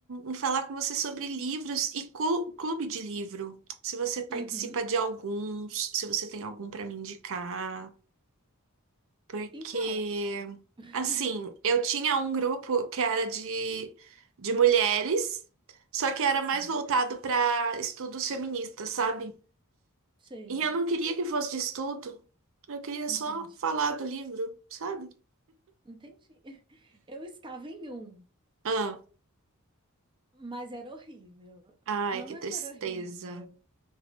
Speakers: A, on the right (about 65°); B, on the right (about 20°).
A: em falar com você sobre livros e clu- clube de livro. Se você participa
B: Uhum.
A: de alguns, se você tem algum pra me indicar. Porque,
B: Então, <laughs>
A: assim, eu tinha um grupo que era de, de mulheres, só que era
B: sim,
A: mais voltado para estudos feministas, sabe?
B: sei.
A: E eu não queria que fosse de estudo, eu queria
B: Entendi,
A: só falar do livro, sabe?
B: entendi. <laughs> Eu estava em um,
A: Ah,
B: mas era horrível.
A: ai,
B: Não,
A: que
B: não
A: tristeza.
B: é que era horrível.